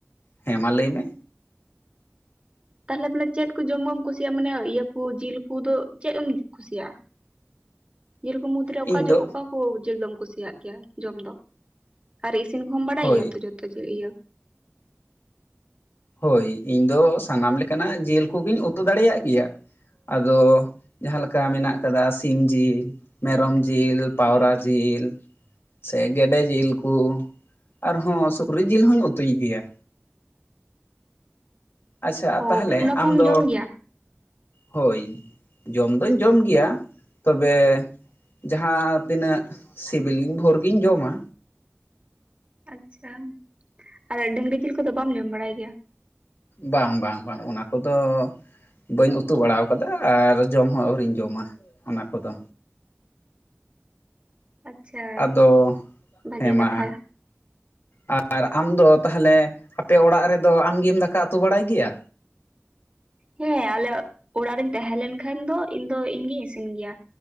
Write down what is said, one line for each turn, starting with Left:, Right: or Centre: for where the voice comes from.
Left: ᱦᱮᱸ ᱢᱟ ᱞᱟᱹᱭ ᱢᱮ?
Right: ᱛᱟᱦᱮᱞᱮ ᱵᱚᱞᱮ ᱪᱮᱫ ᱠᱚ ᱡᱚᱢ ᱵᱟᱢ ᱠᱩᱥᱤᱭᱟᱜᱼᱟ, ᱢᱟᱱᱮ ᱤᱭᱟᱹᱠᱩ ᱡᱤᱞ ᱠᱩ ᱫᱚ ᱪᱮᱫ ᱮᱢ ᱠᱩᱥᱤᱭᱟᱜᱼᱟ? ᱡᱮᱞ ᱠᱚ ᱢᱩᱫᱽᱨᱮ ᱚᱠᱟ
Left: ᱤᱧ
Right: ᱡᱚ
Left: ᱫᱚ
Right: ᱚᱠᱟ ᱠᱚ ᱡᱤᱞ ᱫᱚᱢ ᱠᱩᱥᱤᱭᱟᱜ ᱜᱮᱭᱟ ᱡᱚᱢ ᱫᱚ? ᱟᱨ ᱤᱥᱤᱱ ᱠᱚᱦᱚᱸᱢ ᱵᱟᱲᱟᱭ
Left: ᱦᱳᱭ
Right: ᱜᱮᱭᱟ ᱛᱚ ᱡᱚᱛᱚ ᱡᱤ ᱤᱭᱟᱹ?
Left: ᱦᱳᱭ ᱤᱧ ᱫᱚ ᱥᱟᱱᱟᱢ ᱞᱮᱠᱟᱱᱟᱜ ᱡᱤᱞ ᱠᱚᱜᱤᱧ ᱩᱛᱩ ᱫᱟᱲᱮᱭᱟᱜ ᱜᱮᱭᱟ᱾ ᱟᱫᱚ ᱡᱟᱦᱟᱸᱞᱮᱠᱟ ᱢᱮᱱᱟᱜ ᱟᱠᱟᱫᱟ ᱥᱤᱢ ᱡᱤᱞ, ᱢᱮᱨᱚᱝ ᱡᱤᱞ ᱯᱟᱣᱨᱟ
Right: ᱦᱩᱸ
Left: ᱡᱤᱞ, ᱥᱮ ᱜᱮᱰᱮ ᱡᱤᱞ ᱠᱩ, ᱟᱨᱦᱚᱸ ᱥᱩᱠᱨᱤ ᱡᱤᱞ ᱦᱚᱧ ᱩᱛᱩᱭ ᱜᱮᱭᱟ᱾ ᱟᱪᱪᱷᱟ! ᱟ
Right: ᱚ
Left: ᱛᱟᱦᱮᱞᱮ
Right: ᱚᱱᱟ ᱠᱚᱦᱚᱢ
Left: ᱟᱢ ᱫᱚ
Right: ᱡᱚᱢ ᱜᱮᱭᱟ?
Left: ᱦᱳᱭ ᱡᱚᱢ ᱫᱩᱧ ᱡᱚᱢ ᱜᱮᱭᱟ, ᱛᱚᱵᱮ ᱡᱟᱦᱟᱸ ᱛᱤᱱᱟᱹᱜ ᱥᱤᱵᱤᱞᱤᱧ ᱵᱷᱩᱨ ᱜᱤᱧ ᱡᱚᱢᱟ,
Right: ᱟᱪᱪᱷᱟ! ᱟᱨᱟᱜ ᱰᱟᱺᱜᱽᱨᱤ ᱡᱤᱞ ᱠᱚᱫᱚ ᱵᱟᱢ ᱡᱚᱢ ᱵᱟᱲᱟᱭ ᱜᱮᱭᱟ?
Left: ᱵᱟᱝ ᱵᱟᱝ ᱵᱟᱝ ᱚᱱᱟ ᱠᱚᱫᱚ ᱵᱟᱹᱧ ᱩᱛᱩ ᱵᱟᱲᱟᱣᱟᱠᱟᱫᱟ ᱟᱨ ᱡᱚᱢ ᱦᱚᱸ ᱟᱹᱣᱨᱤᱧ ᱡᱚᱢᱟ, ᱚᱱᱟ ᱠᱚᱫᱚ᱾
Right: ᱟᱪᱪᱷᱟ
Left: ᱟᱫᱚ,
Right: ᱵᱷᱟᱜᱮ
Left: ᱦᱮᱸ ᱢᱟ
Right: ᱠᱟᱛᱷᱟ
Left: ᱟᱫ- ᱟᱨ ᱟᱢᱫᱚ ᱛᱟᱦᱮᱞᱮ ᱟᱯᱮ ᱚᱲᱟᱜ ᱨᱮᱫᱚ ᱟᱢᱜᱮᱢ ᱫᱟᱠᱟ ᱩᱛᱩ ᱵᱟᱲᱟᱭ ᱜᱮᱭᱟ?
Right: ᱦᱮᱸ ᱟᱞᱮᱜ ᱚᱲᱟᱜ ᱨᱤᱧ ᱛᱟᱦᱮᱸ ᱞᱮᱱᱠᱷᱟᱱ ᱫᱚ ᱤᱧ ᱫᱚ ᱤᱧ ᱜᱤᱧ ᱤᱥᱤᱱ ᱜᱮᱭᱟ᱾